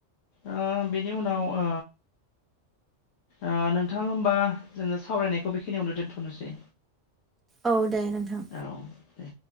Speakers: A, on the left (about 80°); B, in the centre.
A: ओ बेनि उनाव ओ ओ नोंथां होमबा जोंङो सावरायनायखौ बेखिनियावनो दोनथ'नोसै।
B: औ दे नोंथां।
A: औ दे